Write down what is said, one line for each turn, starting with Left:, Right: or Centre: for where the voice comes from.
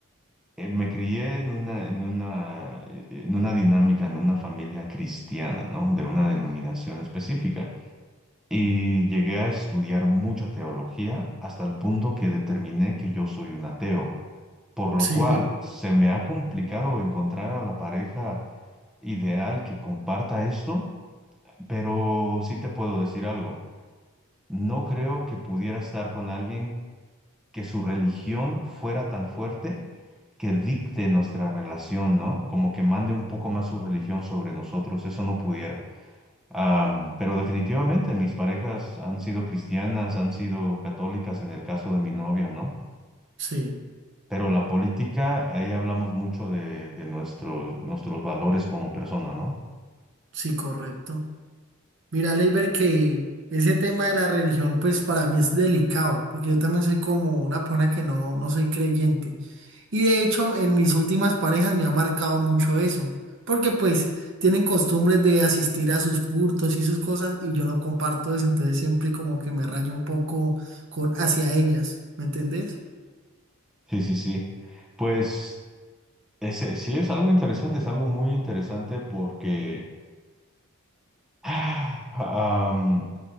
Centre: eh, me crié en una, en una, eh, eh, en una dinámica, en una familia cristiana, ¿no? De una denominación específica. Y llegué a estudiar mucha teología hasta el punto que determiné que yo soy un ateo, por lo
Right: Sí,
Centre: cual se me ha complicado encontrar a la pareja ideal que comparta esto, pero sí te puedo decir algo. No creo que pudiera estar con alguien que su religión fuera tan fuerte que dicte nuestra relación, ¿no? Como que mande un poco más su religión sobre nosotros, eso no pudiera. Am, pero definitivamente mis parejas han sido cristianas, han sido católicas en el caso de mi novia, ¿no?
Right: sí,
Centre: Pero la política, ahí hablamos mucho de, de nuestros, nuestros valores como persona, ¿no?
Right: sí, correcto. Mira, Leiber, que ese tema de la religión, pues para mí es delicado, porque yo también soy como una persona que no, no soy creyente. Y de hecho, en mis últimas parejas me ha marcado mucho eso, porque pues tienen costumbres de asistir a sus cultos y sus cosas, y yo no comparto eso, entonces siempre como que me rayo un poco con, hacia ellas, ¿me entendés?
Centre: Sí, sí, sí. Pues ese, sí es algo interesante, es algo muy interesante porque <sighs> ah, am,